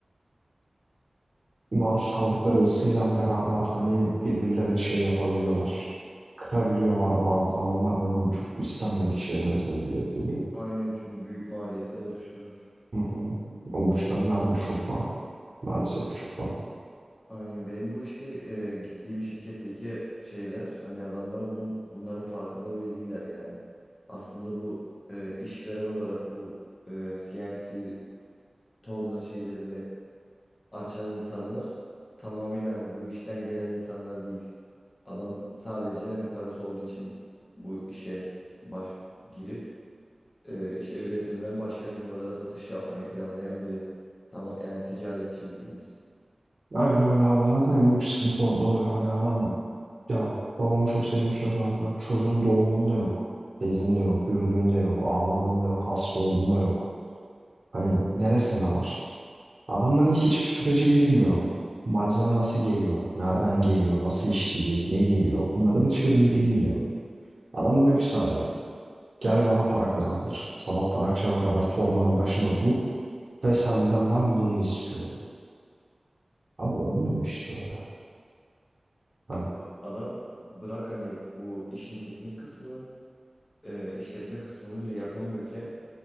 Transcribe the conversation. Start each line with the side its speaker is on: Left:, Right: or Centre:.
Right: maruz kaldıkları ısıyla beraber hani birbirlerini şey yapabiliyorlar. Kırabiliyorlar bazı zamanlar ve bu çok istenmedik şeylere sebebiyet veriyor.
Left: Aynen çünkü büyük maliyetler oluşturur.
Right: Hı hı. O uçların her biri çok para. Maalesef ki çok para.
Left: Aynen benim bu işte e, gittiğim şirketteki şeyler hani adamlar bunun bunların farkında bile değiller yani. Aslında bu e, işveren olarak bu e, CNC torna şeylerini açan insanlar tamamıyla hani bu işten gelen insanlar değil. Adam sadece hani parası olduğu için bu işe baş girip e, işte üretimden başka firmalara satış yapmayı planlayan biri. Tamam yani ticaretçi bildiğimiz.
Right: Aynen öyle abi zaten en büyük sıkıntı orada oluyor. Hani adam ya babamın çok sevdiğim bir söz var. hani çocuğun doğumunda yok. Bezinde yok, yürüdüğünde yok, ağladığında yok, hasta olduğunda yok. Hani neresinde var? Adam hani hiçbir süreci bilmiyor. Malzeme nasıl geliyor, nereden geliyor, nasıl işleyecek, ne geliyor bunların hiçbirini bilmiyor. Adam diyor ki sadece gel bana para kazandır. Sabahtan akşama kadar torbanın başında dur ve senden ben bunu istiyorum. Abi olmuyor işte öyle. Hani
Left: Adam bırak hani bu işin teknik kısmını, e, işletme kısmını bile yapamıyorken